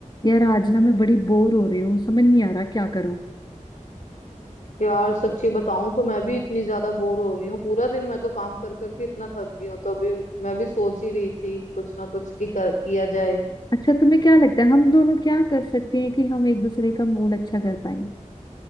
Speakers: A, on the left (about 30°); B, on the left (about 65°).
A: यार आज ना मैं बड़ी बोर हो रही हूँ समझ नहीं आ रहा क्या करूँ
B: यार सच्ची बताऊं तो मैं भी इतनी ज्यादा बोर हो रही हूँ पूरा दिन मैं तो काम कर करके इतना थक गई हूँ तो अभी मैं भी सोच ही रही थी कुछ ना कुछ की कर, किया जाए
A: अच्छा तुम्हें क्या लगता है हम दोनों क्या कर सकते हैं कि हम एक दूसरे का मूड अच्छा कर पाए